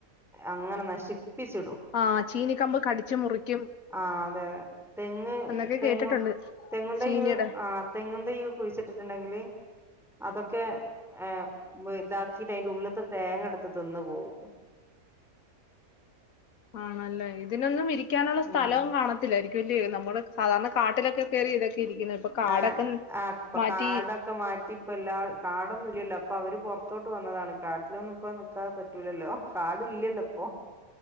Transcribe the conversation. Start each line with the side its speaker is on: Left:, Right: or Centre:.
Centre: അങ്ങനെ നശിപ്പിച്ചിടും
Left: ആഹ് ചീനിക്കമ്പ് കടിച്ചു മുറിക്കും
Centre: ആ അതെ അതെ തെങ്ങ്
Left: എന്നൊക്കെ
Centre: തെങ്ങും
Left: കേട്ടിട്ടുണ്ട്
Centre: തെങ്ങും തൈ
Left: ചീനിയുടെ
Centre: ആ തെങ്ങിൻ തൈ കുഴിച്ചിട്ടിട്ടുണ്ടെങ്കില് അതൊക്കെ ഏ ഇതാക്കിട്ട് അതിന്റെ ഉള്ളിലത്തെ തേങ്ങ എടുത്തിട്ടു തിന്ന് പോവും
Left: ആണല്ലേ ഇതിനൊന്നും വി ഇരിക്കാനുള്ള സ്ഥലവും
Centre: ഉം
Left: കാണത്തിലായിരിക്കും ല്ലേ നമ്മള് സാധാരണ കാട്ടിലൊക്കെ കേറി ഇരിക്കുന്നത് ഇപ്പൊ കാടൊക്കെ
Centre: ആ അ ഇപ്പോ
Left: മാറ്റി
Centre: കാടൊക്കെ മാറ്റി ഇപ്പം എല്ലാ കാടൊന്നും ഇല്ലല്ലോ അപ്പൊ അവര് പുറത്തോട്ട് വന്നതാണ് കാട്ടിലൊന്നും ഇപ്പ നിക്കാ കാ പറ്റൂലല്ലോ കാട് ഇല്ലല്ലോ ഇപ്പൊ